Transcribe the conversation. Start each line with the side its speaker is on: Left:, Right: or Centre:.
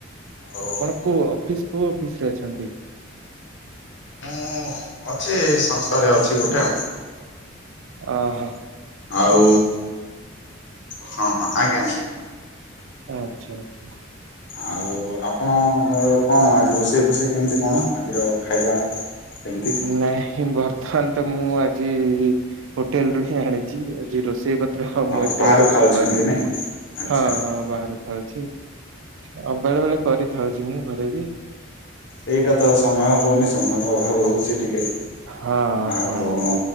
Left: ଆଉ
Right: ଆପଣ କୋଉ ଅଫିସ କୋଉ ଅଫିସ ରେ ଅଛନ୍ତି?
Left: ମୁଁ ଅଛି ସଂସ୍ଥାରେ ଅଛି ଗୋଟେ ଆଉ
Right: ଓହୋ।
Left: ଆଉ ହଁ ହଁ ଆଜ୍ଞା ଆଜ୍ଞା।
Right: ଆଚ୍ଛା ଆଚ୍ଛା।
Left: ଆଉ ଆପଣଙ୍କ କଣ ଆଜି ରୋଷେଇ ଫୋଷେଇ କେମିତି କଣ ଆଜିର ଖାଇବା? କେମିତି?
Right: ନାଇଁ ଘର ହଥାତା ମୁଁ ଆଜି ହୋଟେଲରୁ ହିଁ ଆଣିଛି ଆଜି ରୋଷେଇ ବା ମୁଁ
Left: ଓହୋ
Right: ଏତେ
Left: ବାହାରୁ ଖାଉଛନ୍ତି
Right: କରିନିନ
Left: ନାଇଁ ଆଚ୍ଛା
Right: ହଁ ହଁ ବାହାରୁ ଥାଉଛି ଆଉ ବେଳେବେଳେ କରିଥାଉଛି ମୁଁ ଘରେ ବି
Left: ସେଇଟା ତ ସମୟ ହଉନି ସମୟର ଅଭାବ ରହୁଛି ଟିକେ
Right: ହଁ
Left: ଆଉ
Right: ହଁ